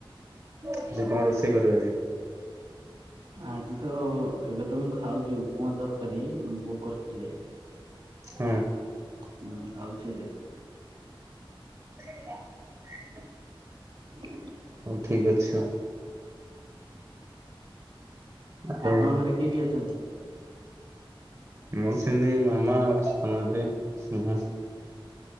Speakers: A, on the right; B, on the right.
A: ଆଜି କଣ ରୋଷେଇ କରିବ ଆଜି
B: ଆଜି ତ ଏବେ ତ ମୁଁ ଖାଉଛି ଉପମା ତରକାରୀ ବେଉ କରିଥିଲେ
A: ହୁଁ
B: ହୁଁ ଖାଉଛି ଏବେ
A: ହୁ ହୁ
B: ସ ସ
A: ଠିକ୍ ଅଛି ହଉ ଆଉ
B: ଆପଣ ଘରେ କିଏ କିଏ ଅଛନ୍ତି
A: ମୋର ସେମିତି ମାମା ଆ ସାନଦି ହୁ